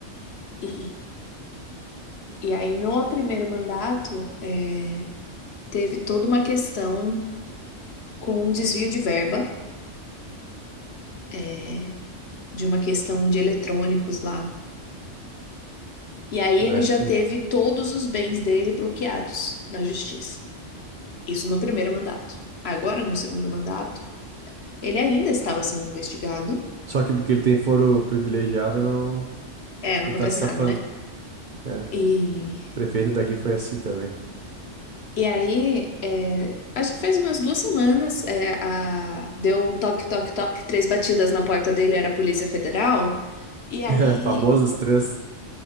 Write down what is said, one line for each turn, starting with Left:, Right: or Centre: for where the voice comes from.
Left: E, e aí, no primeiro mandato, eh, teve toda uma questão com um desvio de verba, é, de uma questão de eletrônicos lá. E aí
Right: Mexe.
Left: ele já teve todos os bens dele bloqueados na justiça. Isso no primeiro mandato. Agora, no segundo mandato, ele ainda estava sendo investigado.
Right: Só que porque ele tem foro privilegiado, não.
Left: É, não
Right: Ele
Left: acontece
Right: tá se safando.
Left: nada, né?
Right: É. O
Left: E,
Right: prefeito daqui foi assim também.
Left: e aí, é, acho que faz umas duas semanas, é, a, deu um toque, toque, toque, três batidas na porta dele, era a Polícia Federal. E aí
Right: <laughs> Famosos três,